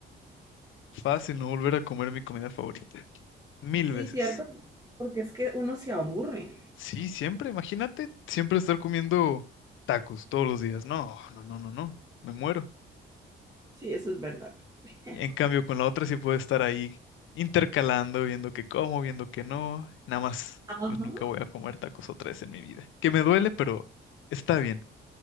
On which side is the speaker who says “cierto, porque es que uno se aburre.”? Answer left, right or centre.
Right